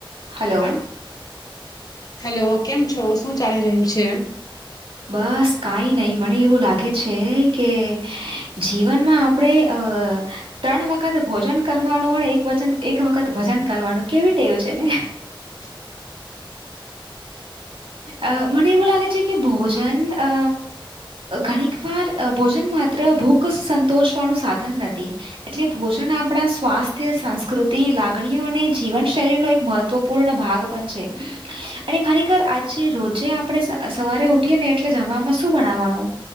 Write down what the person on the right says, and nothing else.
હલો
બસ કાઈ નહી મને એવું લાગે છે કે જીવનમાં આપડે અ ત્રણ વખત ભોજન કરવાનું અને એક વચન એક વખત ભજન કરવાનું કેવી ટેવ છે ને
અ મને એવું લાગે છે કે ભોજન અ ઘણીક વાર ભોજન માત્ર ભૂખ સંતોષવાનું સાધન નથી. એટલે ભોજન આપણા સ્વાસ્થ્ય સંસ્કૃતિ લાગણીઓ અને જીવનશૈલી નું એક મહત્વ પૂર્ણ ભાગ પણ છે અને ખરેખર આજે રોજે આપણે સવારે ઉઠીએ ને એટલે જમવામાં શું બનાવાનું?